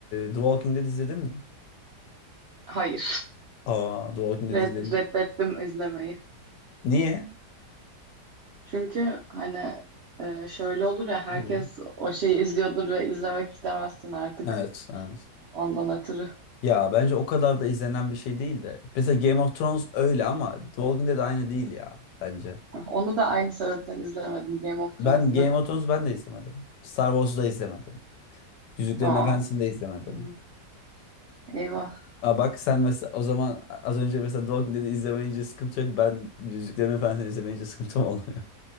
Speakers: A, on the left (about 85°); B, on the right (about 70°).
A: The Walking Dead izledin mi?
B: Hayır.
A: Aa The Walking Dead
B: Red,
A: izledim.
B: reddettim izlemeyi.
A: Niye?
B: Çünkü hani e, şöyle olur ya herkes
A: Hmm.
B: o şeyi izliyordur ve izlemek istemezsin artık
A: Evet, evet.
B: ondan ötürü.
A: Ya bence o kadar da izlenen bir şey değil de. Mesela Game of Thrones öyle ama The Walking Dead aynı değil ya bence.
B: <laughs> Onu da aynı sebepten izlemedim Game of Thrones'da.
A: Ben Game of Thrones ben de izlemedim. Star Wars'u da izlemedim. Yüzüklerin
B: Aa,
A: Efendisi'ni de izlemedim.
B: hı. eyvah.
A: Aa, bak sen mesela o zaman az önce mesela Dog dedi izlemeyince sıkıntı yok. Ben Yüzüklerin Efendisi'ni izlemeyince sıkıntım olmuyor.